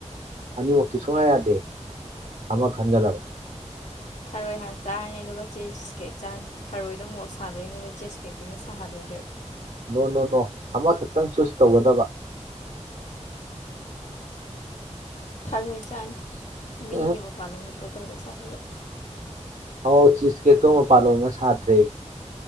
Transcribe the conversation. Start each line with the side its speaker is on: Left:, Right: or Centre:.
Right: ꯑꯅꯤꯃꯨꯛꯇꯤ ꯁꯨꯡꯌꯥ ꯌꯥꯗꯦ ꯑꯃ ꯈꯟꯒꯗꯕ
Left: ꯊꯔꯣꯏ ꯍꯥꯟꯅ ꯆꯥꯔꯅꯤ ꯑꯗꯨꯒ ꯆꯤꯁ ꯀꯦꯛ ꯆꯥꯔꯅꯤ ꯊꯔꯣꯏꯗꯣ ꯃꯣꯔꯣꯛ ꯁꯥꯗꯣꯏꯅꯤ ꯑꯗꯨ ꯆꯦꯁ ꯀꯦꯛꯇꯨꯅ ꯁꯥꯍꯜꯂꯣꯏꯗꯣꯏꯕ
Right: ꯅꯣ ꯅꯣ ꯅꯣ ꯑꯃꯈꯛꯇꯪ ꯆꯨꯁ ꯇꯧꯒꯗꯕ
Left: ꯊꯥꯔꯣꯏ ꯆꯥꯅꯤ ꯃꯤꯒꯤ
Right: ꯎꯝ
Left: ꯃꯄꯥꯟꯂꯣꯝꯒꯤ ꯄꯣꯠꯀꯗꯧꯕꯩ ꯆꯥꯗꯕ
Right: ꯑꯧ ꯆꯤꯁ ꯀꯦꯛꯇꯣ ꯃꯄꯥꯥꯟꯂꯣꯝꯅ ꯁꯥꯇ꯭ꯔꯦ